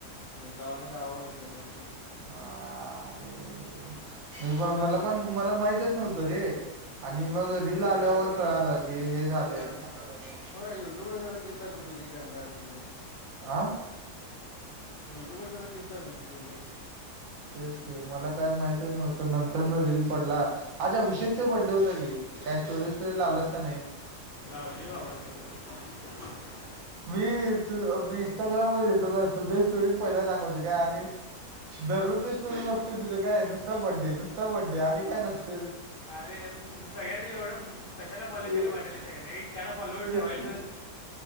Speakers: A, on the left; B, on the right.
A: तेव्हामी गावाकडतो नव्हो.
B: हारे रेे मी
A: तू
B: पण
A: होतास
B: मला
A: काय
B: पण मला माहितच नव्हतो रे. आणि मग रीलील
A: आहे
B: आल्यावर
A: सगळं यूट्यूब
B: कळालं की हे झालं <unintelligible>
A: हो युट्यूब वर सगळ ते चालू होते ते गंगा आरती च.
B: आह.
A: युट्यूबर सगळं ते चालू होत तथे
B: तेच क मला काय माहितच नव्हतं नंतर न रील पडला आज अभिषेक चा बर्थडे होत की काही स्टोरी विसटोरी लावलस की नाही.
A: आली बाबा <unintelligible>
B: मी तू मी इंस्टाग्राम वर येतो का तुझ्या स्टोरी पहिला दाखवते का आणि दररोजची स्टोरी बघतेय तुझं काय नुस्ता बर्थडे नुसता बर्थडे आणि काय नसतते.
A: अरे आम्ही सगळ्यांनी एवढं कशाला फॉलो केले
B: एव
A: वाटाले सगळ्यांनी एक चार फल वर
B: तेच
A: ठेवायचं.
B: की